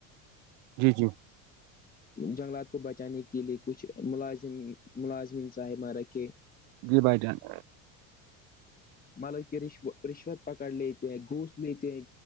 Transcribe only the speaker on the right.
جی جی
<unintelligible>